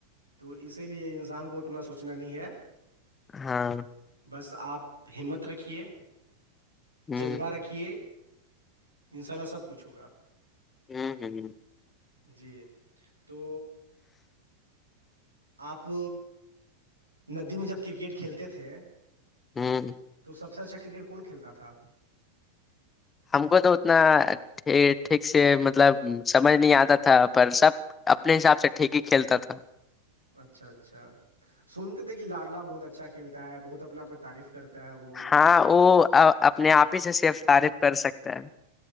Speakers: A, on the right; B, on the left.
A: تو اسی لیے انسان کو اتنا سوچنا نہیں ہے
B: ہاں
A: بس آپ ہمت رکھیے
B: ہوں
A: جذبہ رکھیے ان شاء اللہ سب پچھ ہوگا
B: ہوں ہ ہ
A: جی تو آپ ندی میں جب کرکٹ کھیلتے تھے
B: ہوں
A: تو سب سے اچھا کرکٹ کون کھیلتا تھا
B: ہم کو تو اتنا ٹھیک سے مطلب سمجھ نہیں آتا تھا پر سب اپنے حساب سے ٹھیک ہی کھیلتا تھا
A: اچھا اچھا سنتے تھے کہ لاڈلا بہت اچھا کھیلتا ہے بہت اپنے آپ کو تعریف کرتا ہے وہ
B: ہاں وہ اپنے آپ ہی سے سرفطارف کر سکتا ہے